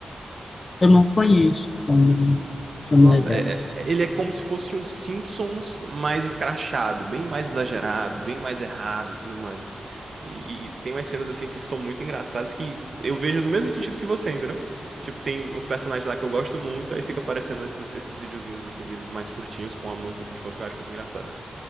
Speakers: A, on the left; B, on the right.
A: eu não conheço Family, Family
B: Nossa,
A: Guys.
B: é- é- ele é como se fosse um Simpsons mais escrachado, bem mais exagerado, bem mais errado e tudo mais, assim. E, e tem umas cenas, assim, que são muito engraçadas que eu vejo no mesmo sentido que você, entendeu? Tipo, tem uns personagens lá que eu gosto muito, aí fica aparecendo esses, esses videozinhos, assim, deles mais curtinhos com a música, assim, de fundo que eu acho muito engraçado.